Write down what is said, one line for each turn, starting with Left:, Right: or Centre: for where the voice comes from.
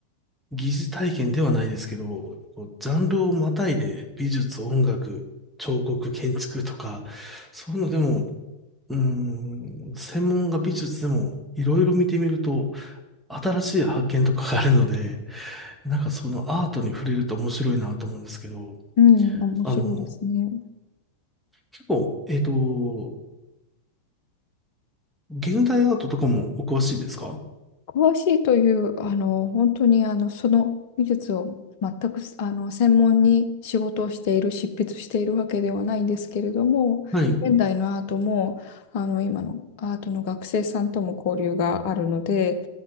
Centre: 疑似体験ではないですけど、こうジャンルをまたいで美術、音楽、彫刻、建築とか、そういうのでも、うーん、専門が美術でも、いろいろ見てみると、新しい発見とかがあるので、なんかそのアートに触れると面白いなと思うんですけど、
Left: うん、面白いですね。
Centre: あの、結構、えっと、現代アートとかもお詳しいですか
Left: 詳しいという、あの、本当に、あの、その技術を全く、あの、専門に仕事をしている、執筆しているわけではないんですけれども、
Centre: はい。
Left: 現代のアートも、あの、今のアートの学生さんとも交流があるので、